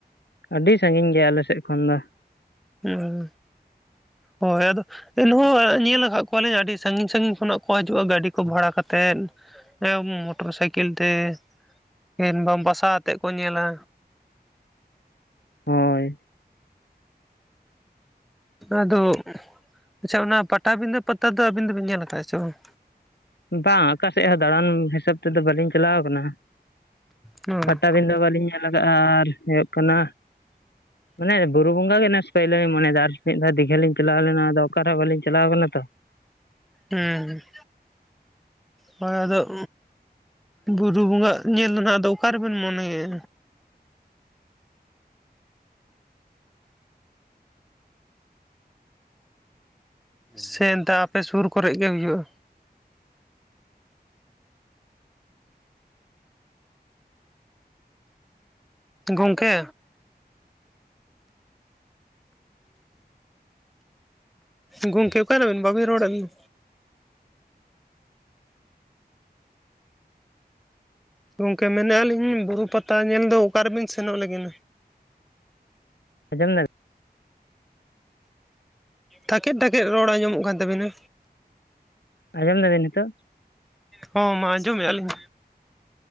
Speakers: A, on the left (about 85°); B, in the centre.
A: ᱟᱹᱰᱤ ᱥᱟᱺᱜᱤᱧ ᱜᱮᱭᱟ ᱟᱞᱮ ᱥᱮᱫ ᱠᱷᱚᱱ ᱫᱚ᱾
B: ᱦᱩᱸ, ᱦᱳᱭ- ᱟᱫᱚ ᱮᱱᱦᱚᱸ ᱧᱮᱞ ᱟᱠᱟᱫ ᱠᱚᱣᱟᱞᱤᱧ ᱟᱹᱰᱤ ᱥᱟᱺᱜᱤᱧ ᱥᱟᱹᱜᱤᱧ ᱠᱷᱚᱱᱟᱜ ᱠᱚ ᱦᱤᱡᱩᱜᱼᱟ ᱜᱟᱹᱰᱤ ᱠᱚ ᱵᱷᱟᱲᱟᱠᱟᱛᱮᱫ᱾ ᱮᱸ ᱢᱚᱴᱚᱨ ᱥᱟᱭᱠᱮᱞ ᱛᱮ ᱠᱤᱱᱵᱟ ᱵᱟᱥᱟ ᱟᱛᱮᱜ ᱠᱚ ᱧᱮᱞᱟ᱾
A: ᱦᱳᱭ
B: ᱟᱫᱚ ᱟᱪᱪᱷᱟ, ᱚᱱᱟ ᱯᱟᱴᱟᱵᱤᱫᱟᱹ ᱯᱟᱛᱟ ᱫᱚ, ᱟᱹᱵᱤᱱ ᱫᱚᱵᱤᱱ ᱧᱮᱞ ᱠᱟᱜᱼᱟ, ᱪᱮ ᱵᱟᱝ?
A: ᱵᱟᱝ ᱚᱠᱟᱥᱮᱫ ᱦᱚᱸ ᱫᱟᱬᱟᱱ ᱦᱤᱥᱟᱹᱵ, ᱛᱮᱫᱚ ᱵᱟᱹᱞᱤᱧ ᱪᱟᱞᱟᱣ ᱠᱟᱱᱟ᱾
B: ᱦᱩᱸ
A: ᱯᱟᱴᱟᱵᱤᱫᱟᱹ ᱵᱟ. ᱞᱤᱧ ᱧᱮᱞ ᱠᱟᱜᱼᱟ ᱟᱨ ᱦᱳᱭᱳᱜ ᱠᱟᱱᱟ
B: <inaudible> <inaudible>
A: ᱢᱟᱱᱮ ᱵᱩᱨᱩ ᱵᱚᱸᱜᱟ ᱜᱮ ᱱᱮᱥ ᱯᱟᱹᱭᱞᱟᱹᱞᱤᱧ ᱢᱚᱱᱮᱭ ᱫᱟ, ᱟᱨ ᱢᱤᱫ ᱫᱷᱟᱣ ᱫᱤᱜᱷᱟ ᱞᱤᱧ ᱪᱟᱞᱟᱣ ᱞᱮᱱᱟ, ᱟᱫᱚ ᱚᱠᱟᱨᱮᱦᱚᱸ ᱵᱟᱞᱤᱧ ᱪᱟᱞᱟᱣ ᱠᱟᱱᱟ ᱛᱚ᱾
B: ᱦᱩᱸ, ᱦᱳᱭ ᱟᱫᱚ ᱵᱩᱨᱩ ᱵᱚᱸᱜᱟᱜ ᱧᱮᱞ ᱨᱮᱱᱟᱜ ᱫᱚ, ᱚᱠᱟ ᱨᱮᱵᱤᱱ ᱢᱚᱱᱮᱭ-ᱟ? ᱥᱮ ᱮᱱᱮᱛ ᱟᱯᱮ ᱥᱩᱨ ᱠᱚᱨᱮᱜ ᱜᱮ ᱦᱩᱭᱩᱜᱼᱟ? ᱜᱚᱝᱠᱮ? ᱜᱚᱝᱠᱮ ᱚᱠᱟᱭᱱᱟ ᱵᱮᱱ ᱵᱟᱵᱤᱱ ᱨᱚᱲ ᱮᱫ ᱫᱚ? ᱜᱚᱝᱠᱮ ᱢᱮᱱᱮᱫᱼᱟ ᱞᱤᱧ ᱵᱩᱨᱩ ᱯᱟᱛᱟ ᱧᱮᱞ ᱫᱚ ᱚᱠᱟᱨᱮᱵᱮᱱ ᱥᱮᱱᱚᱜ ᱞᱟᱹᱜᱤᱫ?
A: ᱟᱡᱚᱢ ᱫᱟ ᱵᱤᱱ?
B: ᱴᱷᱟᱠᱮᱫ ᱴᱷᱟᱠᱮᱫ ᱨᱚᱲ ᱟᱸᱡᱚᱢᱚᱜ ᱠᱟᱱ ᱛᱟᱹᱵᱤᱱᱟ᱾
A: ᱟᱸᱡᱚᱢ ᱫᱟ ᱵᱤᱱ ᱱᱤᱛᱚᱜ?
B: ᱦᱚᱸ ᱢᱟ ᱟᱸᱡᱚᱢᱮᱜᱼᱟ ᱞᱤᱧ᱾